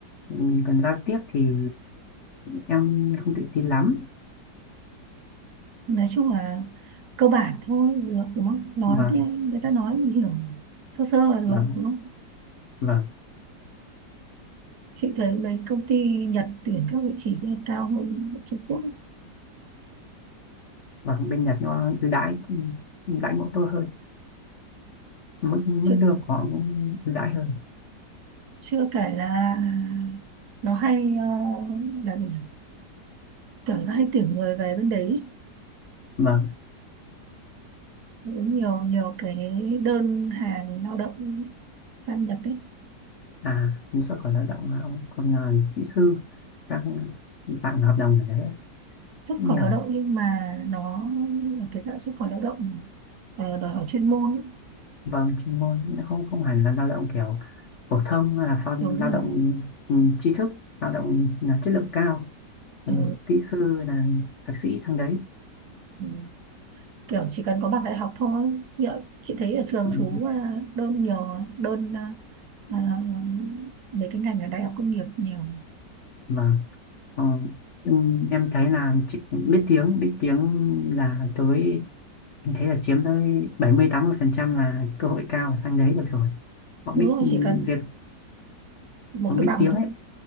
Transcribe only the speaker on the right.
nói chung là cơ bản thôi được đúng không nói
cái người ta nói mình hiểu sơ sơ là được
đúng không
chị thấy mấy công ty Nhật tuyển các vị trí rất cao hơn Trung Quốc
chưa,
chưa kể là nó hay ờ, là gì nhỉ kiểu nó hay tuyển người về bên đấy ý.
Cũng nhiều nhiều cái đơn hàng lao động sang Nhật ấy
xuất
khẩu
lao động nhưng mà nó là cái dạng xuất khẩu lao động ờ, đòi hỏi chuyên môn ý.
đúng
rồi
ừ.
ừ. kiểu chỉ cần có bằng đại học thôi Như ạ, chị thấy ở trường
chú à, đơn nhiều mà, đơn à, à, mấy cái ngành ở đại học công nghiệp nhiều
đúng
rồi
chỉ cần
một
cái bằng
thôi